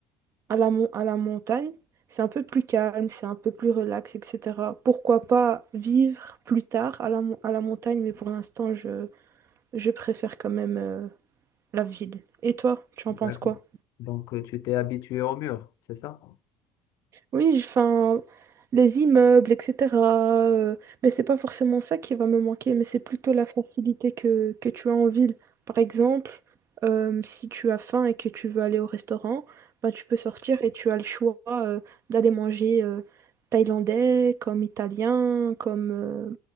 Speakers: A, on the right; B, on the left.
A: à la, mon- à la montagne, c'est un peu plus calme, c'est un peu plus relax, etc. Pourquoi pas vivre plus tard à la, mon- à la montagne, mais pour l'instant, je, je préfère quand même euh, la ville. Et toi, tu en
B: D'accord.
A: penses quoi?
B: Donc, euh, tu t'es habitué au mur, c'est ça?
A: Oui, enfin, les immeubles, etc. euh, mais c'est pas forcément ça qui va me manquer, mais c'est plutôt la facilité que, que tu as en ville. Par exemple, euh, si tu as faim et que tu veux aller au restaurant, ben, tu peux sortir et tu as le choix euh, d'aller manger euh, thaïlandais, comme italien, comme, euh,